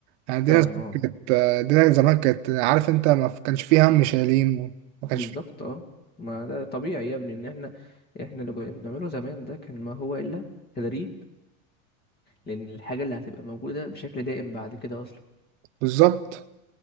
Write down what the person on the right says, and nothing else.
يعني دينا
زمان
كانت دينا زمان كانت عارف انت ما كانش فيه هم شايلين وما كانش
فيه
<laughs> بالظبط